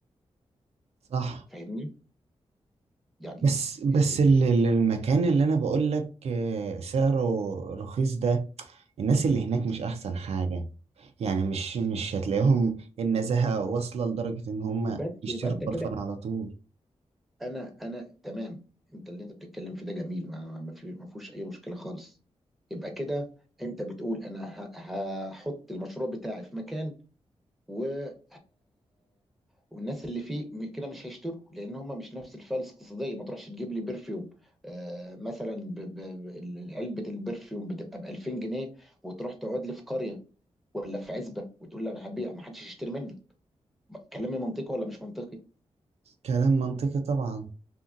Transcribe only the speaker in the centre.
فاهمني يعني
إيه،
بس
يبقى انت كده
انا انا تمام انت اللي انت بتتكلم في ده جميل ما ما في- ما فيهوش اي مشكله خالص يبقى كده انت بتقول انا ه- هحط المشروع بتاعي في مكان وه... والناس اللي فيه م- كده مش هيشتروا لان هم مش نفس الفلسفه الاقتصاديه ما تروحش تجيب لي برفيوم آه مثلا ب... ب... ب- علبه البرفيوم بتبقى ب 2000 جنيه وتروح تقعد لي في قريه ولا في عزبه وتقول لي انا هبيع ما حدش يشتري منك كلامي منطقي ولا مش منطقي